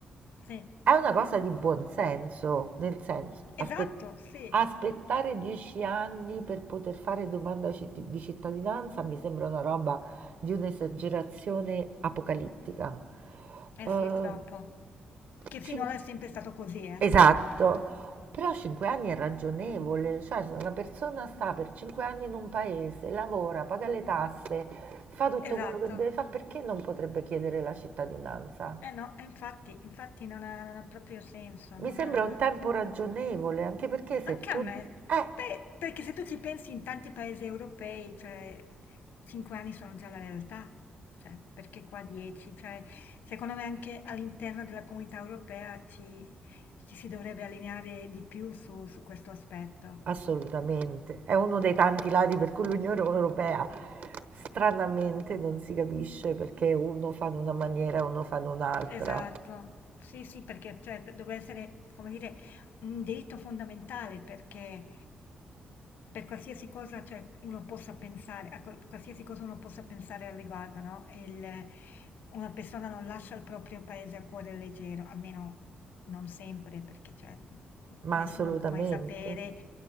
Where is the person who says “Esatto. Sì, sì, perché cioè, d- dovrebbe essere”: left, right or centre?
Left